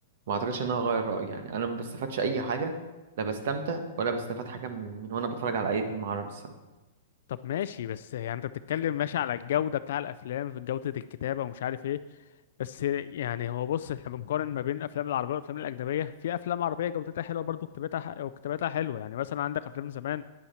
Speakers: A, on the right; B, on the left.
A: ما أعتقدش إن أنا هغير رأيي يعني أنا ما بستفادش أي حاجة لا بستمتع ولا بستفاد حاجة من من وأنا بتفرج على أي فيلم عربي الصراحة
B: طب ماشي بس يعني انت بتتكلم ماشي على الجوده بتاع الافلام في جوده الكتابه ومش عارف ايه بس يعني هو بص احنا بنقارن ما بين الافلام العربيه والافلام الاجنبيه في افلام عربيه جودتها حلوه برضو كتابتها ح- وكتابتها حلوه يعني مثلا عندك افلام زمان